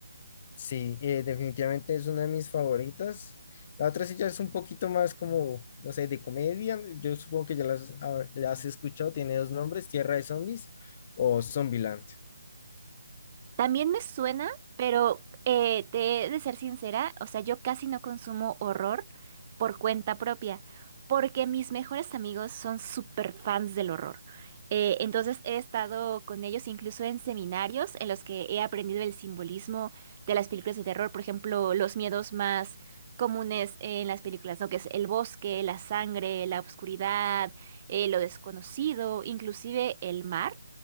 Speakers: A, on the left; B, on the right.
A: Sí, eh, definitivamente es una de mis favoritas. La otra sí ya es un poquito más como, no sé, de comedia. Yo supongo que ya las, ah, ya has escuchado. Tiene dos nombres, Tierra de Zombies o Zombieland.
B: También me suena, pero eh, te he de ser sincera, o sea, yo casi no consumo horror por cuenta propia, porque mis mejores amigos son súper fans del horror. Eh, entonces he estado con ellos incluso en seminarios en los que he aprendido el simbolismo de las películas de terror, por ejemplo, los miedos más comunes en las películas, ¿no? Que es el bosque, la sangre, la oscuridad, eh, lo desconocido, inclusive el mar.